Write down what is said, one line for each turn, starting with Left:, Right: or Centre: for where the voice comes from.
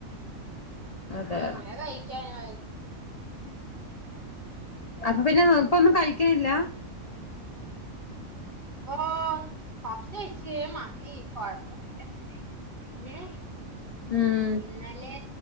Left: അതെ
Right: എങ്ങനെ കഴിക്കാനാ
Left: അപ്പൊ പിന്നെ <unintelligible> കഴിക്കലില്ലാ
Right: ഓഹ് പപ്പ്സ്‌ കഴിച്ചയിഞ്ഞാ മതി കൊഴ ല്ലാ പിന്നെ
Left: ഉം
Right: ഇന്നലെ